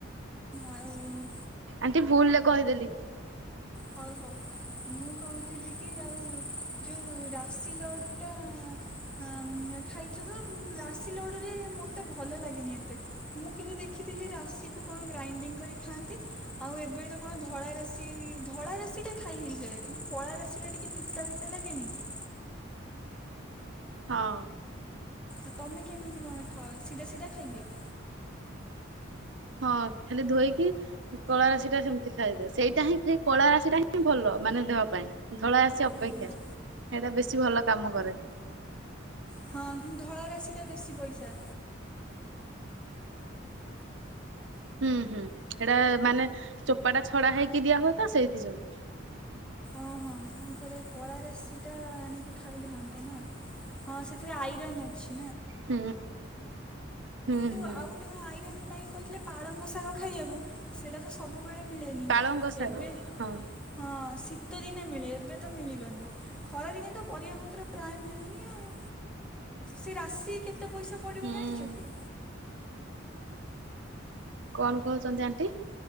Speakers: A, in the centre; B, on the right.
A: ଆଉଁ।
B: ଆଣ୍ଟି ଭୁଲ୍ ଲେ କହିଦେଲି।
A: ହଉ, ହଉ, ମୁଁ କହୁଥିଲି କି ଆଉ, ଯୋଉ ରାଶି ଲଡ଼ୁ ଟାଁ ହଁ, ଉମ୍ ଖାଇଛ ତ, ରାଶି ଲଡୁରେ ମତେ ଭଲ ଲାଗେନି ଏତେ। ମୁଁ, କିନ୍ତୁ ଦେଖିଥିଲି ରାଶିକୁୁ କଣ ଗ୍ରାଇଣ୍ଡିଙ୍ଗ୍ କରିକି ଖାଆନ୍ତି। ଆଉ ଏବେ ତ କଣ ଧଳା ରାଶି ଧଳା ରାଶି ଟା ଖାଇ ହେଇଯାଏ। କିନ୍ତୁ କଳା ରାଶି ଟା ଟିକେ ପିତା ପିତା ଲାଗେନି କି?
B: ହଁ।
A: ଆଉ ତମେ କେମିତି କଣ ଖାଅ? ସିଧା ସିଧା ଖାଇଦିଅ?
B: ହଁ, ଖାଲି ଧୋଇକି କଳାରାଶି ଟା ସେମିତି ଖାଇବେ। ସେଇଟା ହିଁ ସେ କଳାରାଶି ଟା ହିଁ ଭଲ, ମାନେ ଦେହ ପାଇଁ। ଧଳା ରାଶି ଅପେକ୍ଷା
A: ଓହୋ।
B: ସେଇଟା ବେଶୀ ଭଲ କାମ କରେ।
A: ହଁ, ହିଁ ଧଳା ରାଶି ଟା ବେଶୀ ପଇସା।
B: ହୁଁ, ହୁଁ ହେଇଡା ମାନେ ଚୋପାଟା ଛଡା ହେଇକି ଦିଆ ହୁଏତ ସେଇଥିଯୋଗୁଁ।
A: ଓହୋ ହଁ, ଥରେ କଳାରାଶି ଟା, ଆଣିକି ଖାଇଲେ ହଅନ୍ତା ନା? ହଁ ସେ ଏଥିରେ ଆଇରନ୍ ଅଛି ନା!
B: ହୁଁ। ହୁଁ
A: ତୁ
B: ହୁଁ
A: ଆଉ ଗୋଟେ କଣ ଆଇରନ ପାଇଁ କହିଥିଲେ ପାଳଙ୍ଗ ଶାଗ ଖାଇବାକୁ। ସେଇଟା ତ ସବୁବେଳେ ମିଳେନି।
B: ପାଳଙ୍ଗ ଶାଗ
A: ଏବେ
B: ହଁ
A: ହଁ ଶୀତ ଦିନେ ମିଳେ ଏବେ ତ ମିଳିବନି। ଖରାଦିନେ ତ ପରିବା ପତ୍ର ପ୍ରାୟ ମିଳୁନି ଆଉ। ସେ ରାଶି କେ ତେ ପଇସା ପଡ଼ିବ
B: ହୁଁ
A: ଜାଣିଚ କି?
B: କଣ କହୁଛନ୍ତି ଆଣ୍ଟି।